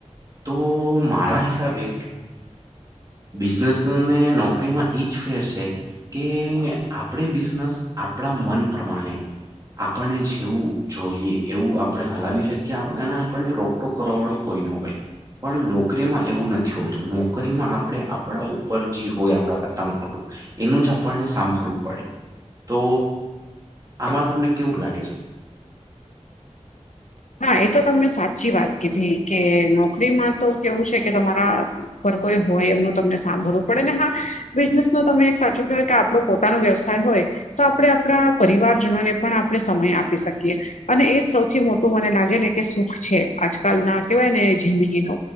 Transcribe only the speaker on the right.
તો મારા હિસાબે બિઝનેસ અને નોકરીમાં ઈજ ફેર છે. કે આપણે બિઝનેસ આપણા મન પ્રમાણે આપણને જેવું જોઈએ એવું આપણે હલાવી શકીએ આપ આપણને રો તો કરવા વાળું કોઈ ન ભાઈ પણ નોકરીમાં એવું નથી હોતું નોકરીમાં આપણે આપણા ઉપર જે હોય આપણા કરતા એનું જ આપણને સાંભળવું પડે. તો આમાં તમને કેવું લાગે છે.